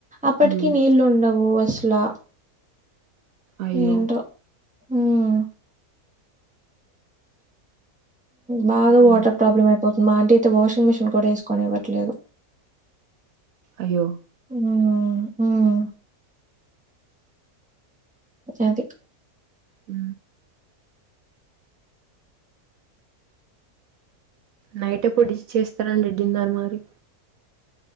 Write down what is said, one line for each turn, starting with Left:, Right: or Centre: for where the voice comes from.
Centre: అప్పటికి
Right: ఉమ్
Centre: నీళ్ళు ఉండవు అసలా
Right: అయ్యో
Centre: ఏంటో ఉమ్ బాగా
Right: ఉమ్,
Centre: వాటర్ ప్రాబ్లమ్ అ అయిపోతుంది మా అంటి అయితే వాషింగ్ మిషిన్ కూడా ఏస్ కొనివ్వట్లేదు
Right: అయ్యో
Centre: ఉహ్ ఉహ్ అది
Right: ఉ నైట్ ఎప్పుడూ డిష్ చేస్టారండి పెట్టిడిన్నర్ మరి